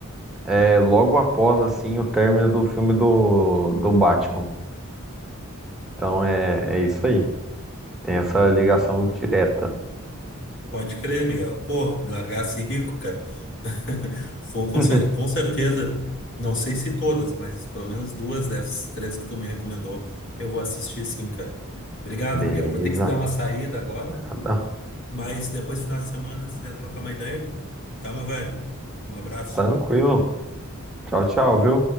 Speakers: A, in the centre; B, on the left (about 55°).
A: é, logo após assim o término do filme do, do Batman. Então é, é isso aí. Tem essa ligação direta.
B: Pode crer, Miguel. Pô, me largasse rico, cara. <laughs> Foi com,
A: <laughs>
B: cer- com certeza, não sei se todas, mas pelo menos duas dessas três que tu me recomendou, eu vou assistir sim, cara. Obrigado,
A: Beleza.
B: Miguel. Vou ter que dar uma saída agora,
A: Nada.
B: mas depois, final de semana, se der trocar uma ideia, tá, meu velho? Um abraço.
A: Tranquilo. Tchau, tchau, viu?